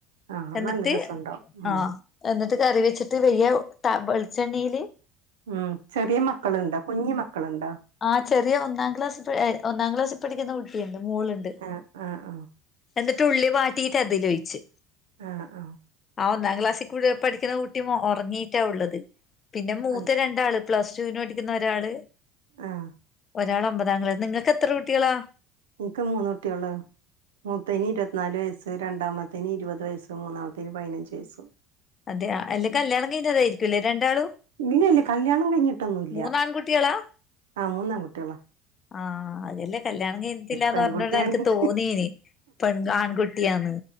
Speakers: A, on the right (about 75°); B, on the left (about 35°).
A: ആ
B: എന്നിട്ട്
A: നല്ല രസണ്ടാവും ഉം
B: ആഹ് എന്നിട്ട് കറി വെച്ചിട്ട് വെല്ല്യ വെളിച്ചെണ്ണീല്
A: ഉം ചെറിയ മക്കള്ണ്ടോ? കുഞ് മക്കള്ണ്ടോ?
B: ആഹ് ചെറിയയൊന്നാം ക്ലാസ്സിൽപ ഏഹ് ഒന്നാം ക്ലാസ്സിൽ പഠിക്കുന്ന കുട്ടിയുണ്ട് മോളുണ്ട്
A: ആ ആ ആ
B: എന്നിട്ട് ഉള്ളി വാട്ടീട്ട് അതിലൊഴിച്ച്
A: ആഹ് ആഹ്
B: ആഹ് ഒന്നാംക്ലാസ്സിൽ കൂടി പഠിക്കുന്ന കുട്ടി ഒർങ്ങീട്ടാ ഉള്ളത് പിന്നെ മൂത്ത
A: ആ
B: രണ്ടാള് പ്ലസ്ടുന് പഠിക്കുന്ന ഒരാള്
A: ആഹ്
B: ഒരാള് ഒമ്പതാം ക്ലാ നിങ്ങക്കെത്ര കുട്ടികളാ?
A: ഇൻക്ക് മൂന്ന് കുട്ട്യാള് മൂത്തയ്ന് ഇരന്നാല് വയസ്സ് രണ്ടാമത്തേതിന് ഇരുപത് വയസ്സും മൂന്നാമത്തേതിന് പതിനഞ്ചുവയസ്സും
B: അതെയാ അല്ല കല്യാണം കഴിഞ്ഞതായിരിക്കുല്ലേ രണ്ടാളും
A: ഇല്ലല്ല കല്യാണം കഴിഞ്ഞിട്ടൊന്നുല്ല
B: മൂന്നാൺകുട്ടികളാ
A: ആഹ് മൂന്നാ കുട്ട്യാളാ
B: ആഹ് <unintelligible> കല്യാണം കഴിഞ്ഞിട്ടില്ലാന്ന്
A: പെൺകുട്ടിയാണെങ്കി
B: പർഞ്ഞോണ്ട് അൻക്ക് തോന്നെനി പെൺആൺകുട്ടിയാന്ന്